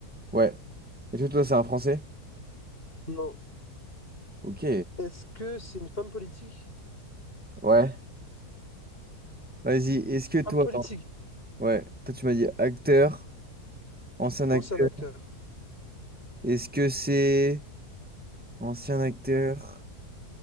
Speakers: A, in the centre; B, on the left (about 35°).
A: Ouais. Est-ce que toi, c'est un Français?
B: Non.
A: Ok.
B: Est-ce que c'est une femme politique?
A: Ouais. Vas-y, est-ce que toi,
B: Femme politique,
A: attends. Ouais. Toi, tu m'as dit acteur, ancien acteur.
B: ancien acteur.
A: Est-ce que c'est ancien acteur?